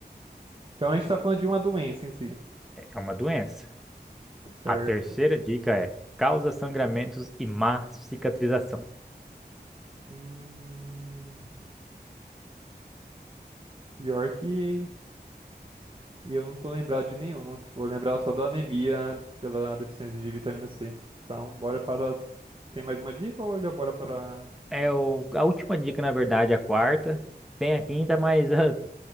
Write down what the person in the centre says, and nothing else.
É uma doença.
A terceira dica é causa sangramentos e má cicatrização.
É o- a última dica, na verdade, a quarta. Tem a quinta, mas <laughs> ah,